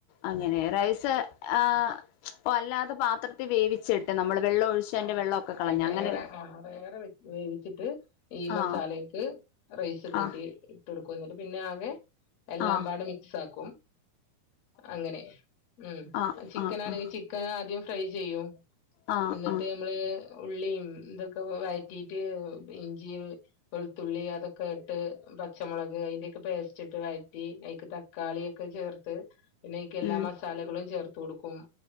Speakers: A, on the left; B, on the left.
A: അങ്ങനെ റൈസ് ആ ഓ അല്ലാതെ പാത്രത്തിൽ വേവിച്ചിട്ട് നമ്മള് വെള്ളം ഒഴിച്ച് അതിന്റെ
B: ആ
A: വെള്ളമൊക്കെ
B: അതെ
A: കളഞ്ഞ്
B: വേറെ
A: അങ്ങനെ
B: ആ വേറെ വേവിച്ചിട്ട് ഈ
A: ആ
B: മസാലെക്ക് റൈസ് കൂട്ടി
A: ആ
B: ഇട്ട് കൊടുക്കുംന്നിട്ട് പിന്നെ ആകെ എല്ലാം
A: ആ
B: പാട് മിക്സ് ആക്കും അങ്ങനെ ഉം
A: ആ
B: ചിക്കൻ
A: ആ
B: ആണെങ്കിൽ
A: ആ
B: ചിക്കൻ ആദ്യം ഫ്രൈ ചെയ്യും
A: ആ
B: എന്നിട്ട്
A: ആ
B: നമ്മള് ഉള്ളിയും ഇതൊക്കെ വഴറ്റിട്ട് ഇഞ്ചിയും വെളുത്തുള്ളി അതൊക്കെ ഇട്ട് പ പച്ചമുളക് അതിന്റെയൊക്കെ പേസ്റ്റ് ഇട്ട് വഴറ്റി അതിക്ക് തക്കാളിയൊക്കെ ചേർത്ത് പിന്നെ അതിയ്ക്ക് എല്ലാ
A: ഉം
B: മസാലകളും ചേർത്ത് കൊടുക്കും